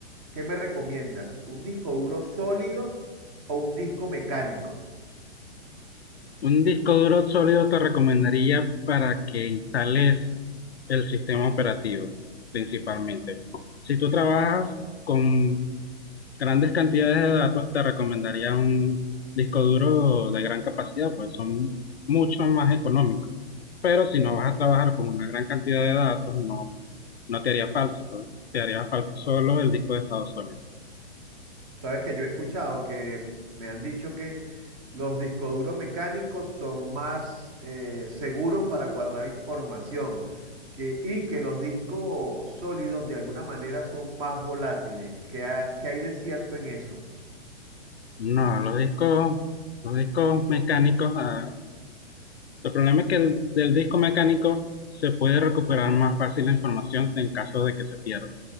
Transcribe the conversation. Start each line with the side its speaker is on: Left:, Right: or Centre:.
Right: ¿Qué me recomiendas? ¿Un disco duro sólido o un disco mecánico?
Left: Un disco duro sólido te recomendaría para que instales el sistema operativo principalmente. Si tú trabajas con grandes cantidades de datos, te recomendaría un disco duro de gran capacidad, pues son mucho más económicos. Pero si no vas a trabajar con una gran cantidad de datos, no, no te haría falso, pues, te haría falso solo el disco de estado sólido.
Right: Sabes que yo he escuchado que me han dicho que los discos duros mecánicos son más eh, seguros para guardar información que, y que los discos sólidos de alguna manera son más volátiles. ¿Qué, ha- qué hay de cierto en eso?
Left: No, los discos, los discos mecánicos, ah, el problema es que el- del disco mecánico se puede recuperar más fácil la información en caso de que se pierda.